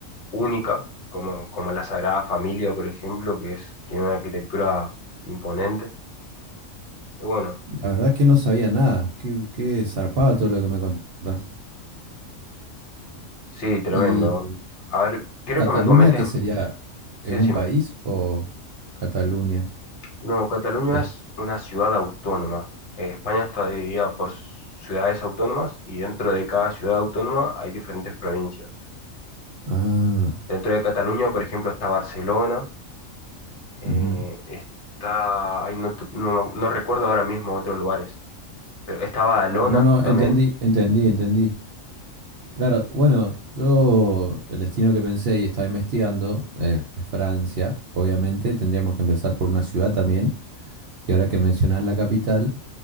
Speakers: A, on the left; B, on the right.
A: única, como, como la Sagrada Familia, por ejemplo, que es, tiene una arquitectura imponente. Y bueno,
B: La verdad que no sabía nada. Qué, qué zarpado todo lo que me contás.
A: sí, tremendo.
B: ¿Y
A: A ver, quiero
B: Cataluña,
A: que me comentes,
B: qué sería?
A: sí,
B: ¿Es
A: decime.
B: un país o Cataluña?
A: No, Cataluña
B: O-
A: es una ciudad autónoma. Eh, España está dividida por ciudades autónomas y dentro de cada ciudad autónoma hay diferentes provincias.
B: ah,
A: Dentro de Cataluña, por ejemplo, está Barcelona, eh,
B: ujú.
A: está, ay, no, te- no- no recuerdo ahora mismo otros lugares, Pero estaba Alona
B: No, no,
A: también,
B: entendí, entendí, entendí. Claro, bueno, yo el destino que pensé y estaba investigando eh, es Francia. Obviamente tendríamos que empezar por una ciudad también. Y ahora que mencionás la capital.